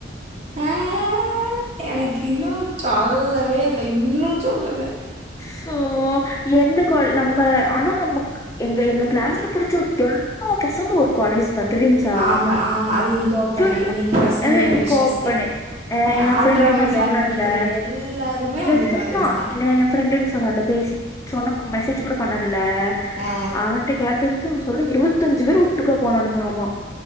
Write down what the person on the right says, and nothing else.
அஹ் எனக்கின்னு சொல்லவே இல்ல இன்னு சொல்லல
ஆமா ஆமா அது இன்னைக்கு ஓப்பன்
இன்னைக்கு ஃபர்ஸ்ட்
இன்னைக்கு
ஃப்ரெஷர்ஸ்
டே
ஆள்றவங்க
கேங்ல
இருக்கிற எல்லாருமே அந்த
காலேஜ்
தான்
ஆ